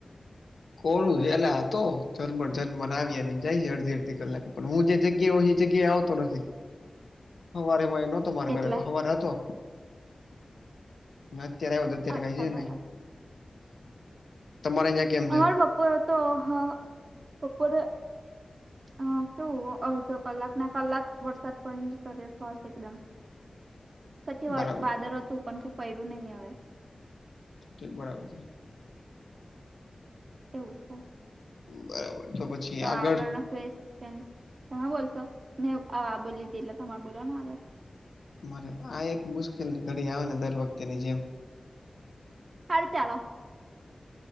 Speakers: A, on the left; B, on the right.
A: કોરું છેેલા હતો જરમર જરમર આવી આવીને જાય છે અડધી અડધી કલાકે પણ હું જે જગ્યા એ આવતો નથી.
B: <inaudible>
A: હવારેમા ય નો તો મારે
B: એટલે
A: ઘરે તો હવારે હતો ના અત્યારે બ અત્યારે
B: અચ્છા
A: કાય છે
B: બરાબર
A: નહી તમારે કેમ
B: અમારે
A: છે
B: બપોરે હતો હ બપોરે હ હતો અડધો કલાક ના કલાક વરસાદ પડી ને જતો રયો ફાસ્ટ એકદમ પછી
A: બરાબર
B: વાદળ હતું પણ કઈ પયડું નહી હવે
A: ઠીક બરાબર છે
B: એવું છે
A: બરાબર છે પછી
B: તો
A: આગળ
B: આગળનો ફેસ છે તમે બોલશો મેં આ બોલીધી એટલે તમારે બોલવાનો આવે
A: મારે આ એક મુશ્કેલ ની ઘડી આવે ને દર વખતેની જેમ
B: હાલ ચાલો